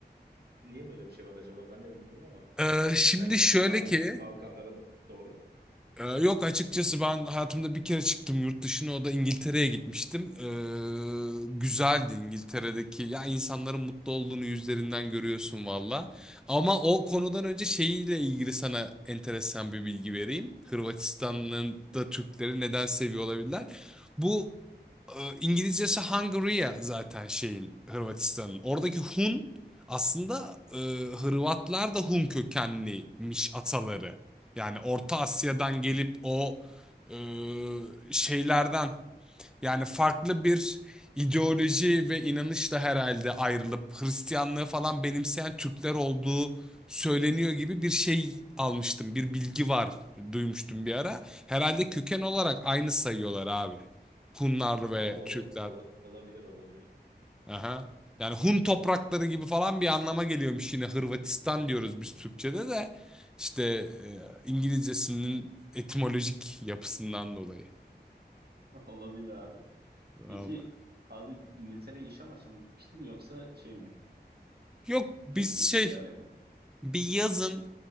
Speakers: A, on the right (about 65°); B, in the centre.
A: Niye böyle bir şey var acaba ben de bilmiyorum ama.
B: Ee, şimdi
A: Sen gittin
B: şöyle
A: mi abi
B: ki
A: hiç Balkanlara da- doğru?
B: Ee, yok açıkçası ben hayatımda bir kere çıktım yurt dışına o da İngiltere'ye gitmiştim. Ee, güzeldi İngiltere'deki ya insanların mutlu olduğunu yüzlerinden görüyorsun valla. Ama o konudan önce şeyiyle ilgili sana enteresan bir bilgi vereyim. Hırvatistan'ın da Türkleri neden seviyor olabilirler? Bu e, İngilizcesi Hungaria zaten şeyin Hırvatistan'ın. Oradaki Hun aslında e, Hırvatlar da Hun kökenliymiş ataları. Yani Orta Asya'dan gelip o e, şeylerden yani farklı bir ideoloji ve inanışla herhalde ayrılıp Hristiyanlığı falan benimseyen Türkler olduğu söyleniyor gibi bir şey almıştım. Bir bilgi var duymuştum bir ara. Herhalde köken olarak aynı sayıyorlar abi. Hunlar ve
A: Abi ola,
B: Türkler.
A: ola- olabilir olabilir.
B: Aha. Yani Hun toprakları gibi falan bir anlama geliyormuş yine Hırvatistan diyoruz biz Türkçe'de de işte e, İngilizcesinin etimolojik yapısından dolayı.
A: <laughs> Olabilir abi.
B: Vallahi.
A: Peki abi İngiltere'ye iş amaçlı mı gitmiştin yoksa şey mi?
B: Yok biz
A: Turistik
B: şey
A: ziyaret mi?
B: Bir yazın